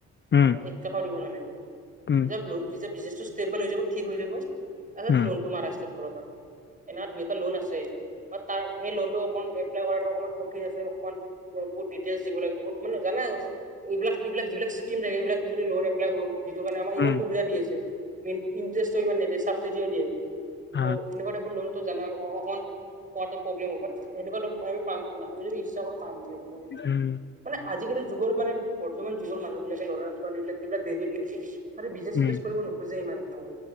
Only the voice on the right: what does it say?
মানে একটকাও দিব নালাগে।
লো যেতিয়া বিজনেছটো ষ্টেবুল হৈ যাব ঠিক হৈ যাব, তাৰপিছত
লোনটো মাৰা ষ্টাৰ্ত কৰিব পাৰা, এনা বি তা লোন আছে, তাৰ সেই লোনটো অকন এপ্লাই কৰাটো অকমান কঠিন আছে অকমান বহুত ডিটেইল দিব লাগিব, বহু মানে জানাই এইবিলাক এইবিলাক যিবিলাক স্কীম থাকে, সেইবিলাক যদি লোন এপ্লাই কৰো, যিটো কাৰণে আমাৰ
ইমান সুবিধা দি আছে। ইন', - ইণ্টাৰেষ্টও ইমান নিদিয়ে চাবচিডিও দিয়ে',
সেনেকা টাইপৰ লোনটো জানা, অ', -অ', -অকমান পোৱাতে প্ৰব্লেম হ'ব বাট এনেকুৱা নহয় আমি পাম তোমাৰ আমি যদি ইচ্ছা কৰোঁ', কাম ঠিকে কৰোঁ',
মানে আজিকালি যুগৰ মানে বৰ্তমান যুগৰ মানুহবিলাকে ল'ৰা-ছোৱালী বিলাকে যিবিলাক', বিজনেছত ইণ্টাৰেষ্ট, খালি বিজনেছ -
চজনেছ কৰিব নোখোজে ইমান এটাও,